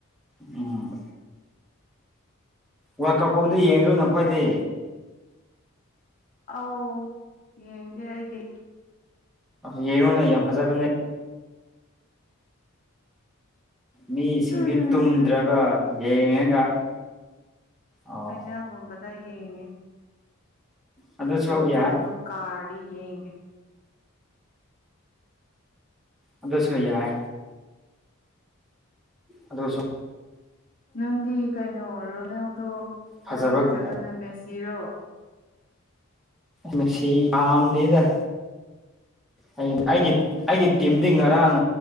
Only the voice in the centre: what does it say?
ꯎꯝ ꯋꯥ ꯀꯞꯀꯨꯝꯕꯗ ꯌꯦꯡꯗ꯭ꯔꯣ ꯅꯪꯈꯣꯏꯗꯤ
ꯌꯦꯡꯉꯨꯅ ꯌꯥꯝ ꯐꯖꯕꯅꯦ ꯃꯤꯁꯤꯡꯗꯤ
ꯇꯨꯝꯗ꯭ꯔꯒ ꯌꯦꯡꯉꯒ ꯑꯣ
ꯑꯗꯨꯁꯨ ꯌꯥꯏ
ꯑꯗꯨꯁꯨ ꯌꯥꯏ ꯑꯗꯨꯗ ꯁ
ꯐꯖꯕꯒꯤ
ꯃꯁꯤ ꯀꯝꯗꯗ
ꯑꯩ ꯑꯩꯒꯤ ꯑꯩꯒꯤ ꯇꯤꯝꯗꯤ ꯉꯔꯥꯡ